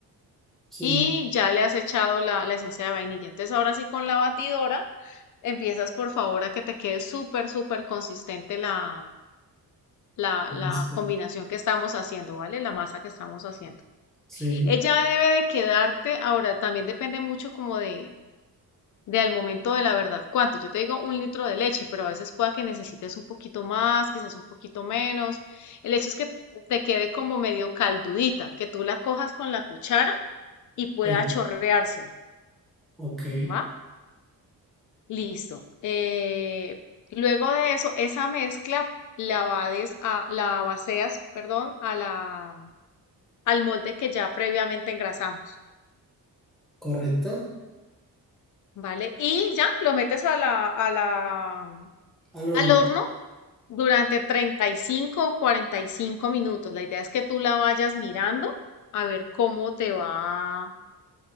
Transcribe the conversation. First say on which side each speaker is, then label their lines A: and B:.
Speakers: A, in the centre; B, on the left.
A: sí,
B: y ya le has echado la, la esencia de vainilla. Entonces, ahora sí con la batidora, empiezas, por favor, a que te quede súper, súper consistente la la,
A: listo.
B: la combinación que estamos haciendo, ¿vale? La masa que estamos haciendo.
A: Sí,
B: Ella debe de quedarte, ahora también depende mucho como de, de al momento de la verdad, cuánto. Yo te digo un litro de leche, pero a veces pueda que necesites un poquito más, quizás un poquito menos. El hecho es que te quede como medio caldudita, que tú la cojas con la cuchara y pueda
A: sí,
B: chorrearse,
A: ok,
B: ¿va? Listo. Eh, luego de eso, esa mezcla la vades a, la vaceas, perdón, a la al molde que ya previamente engrasamos,
A: correcto.
B: ¿vale? Y ya lo metes a la, a la,
A: Al horno,
B: al horno durante 35 o 45 minutos. La idea es que tú la vayas mirando a ver cómo te va,